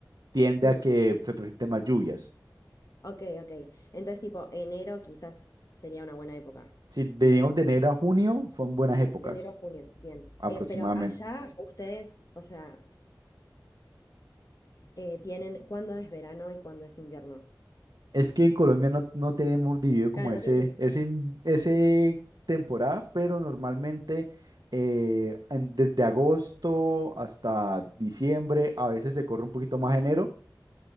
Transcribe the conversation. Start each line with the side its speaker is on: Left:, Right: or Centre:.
Right: tiende
Left: hmm.
Right: a que se presenten más lluvias.
Left: Ok, ok. Entonces, tipo, enero quizás sería una buena época.
Right: Si digamos de enero a junio son buenas épocas
Left: De enero a junio, bien.
Right: aproximadamente
Left: Eh, pero allá ustedes, o sea, eh, tienen cuándo es verano y cuándo es invierno.
Right: Es que en Colombia no, no tenemos dividido como
Left: Claro,
Right: ese,
Left: no tienen.
Right: ese, ese temporada, pero normalmente eh, en- desde agosto hasta diciembre, a veces se corre un poquito más enero,